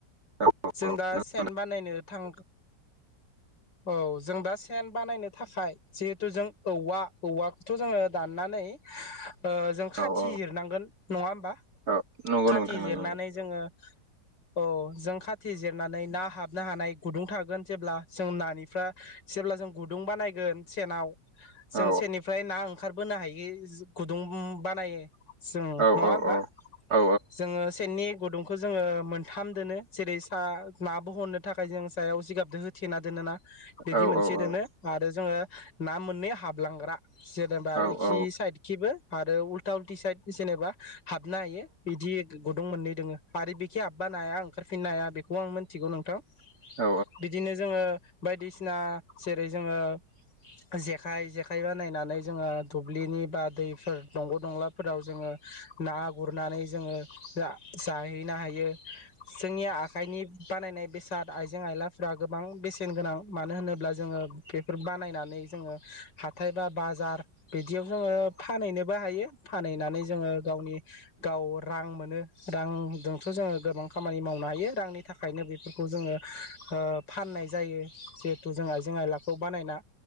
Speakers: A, on the right; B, on the left.
A: औ
B: जों
A: औ
B: दा सेन बानायनो थां औ जों दा सेन बानायनो थाखाय जिहेथु जों औवा- औवाखौथ जोङो दाननानै नै ओ जों खाथि
A: औ औ
B: जिरनांगोन नङा होमबा
A: औ नंगौ
B: खाथि
A: नोंथां नंगौ
B: जिरनानै जोङो अ जों खाथि जिरनानै ना हाबनो हानाय गुदुं थागोन जेब्ला जों नानि फ्रा जेब्ला जों गुदुं बानायगोन सेनाव
A: औ
B: जों सेननिफ्राय ना ओं खारबोनो हायो गुदुं बानायो जों
A: औ
B: नङा होमबा
A: औ औ
B: जोङो सेननि गुदुंखौ जोङो मोनथाम दोनो जेरै सा ना बहननो थाखाय जों सायाव जिगाबदों होथेना दोनोना। बिदि
A: औ
B: मोनसे
A: औ
B: दोनो आरो जोङो ना मोननै हाबलांग्रा जेनेबा
A: औ
B: इखि
A: औ
B: साइदखिबो आरो उल्था -उल्टि साइद जेनेबा हाबनो हायो बिदि गुदुं मोननै दोङो आरो बेखि हब्बा नाया ओंखारफिननाय हाया बेखौ आं मोनथिगौ नोंथां। बिदिनो
A: औ
B: जोङो बायदिसिना जेरै जोङो जेखाइ जेखाइ बानायनानै जोङो दुब्लिनि बा दैफोर दंग' दंलाफोराव जोङो ना गुरनानै जोङो जाहैनो हायो। जोंनि आखाइनि बानायनाय बेसाद आइजें आइलाफोरा गोबां बेसेन न गोनां मानो होनोब्ला जोङो बेफोर बानायनानै जोङो हाथाय बा बाजार बिदियाव जोङो फानहैनोबो हायो फानहैनानै जोङो गावनि गाव रां मोनो। रांजोंथ' जोङो गोबां खामानि मावनो हायो रांनि थाखायनो बेफोरखौ जोङो ओ फाननाय जायो जिहेथु जों आइजें आइलाखौ बानायना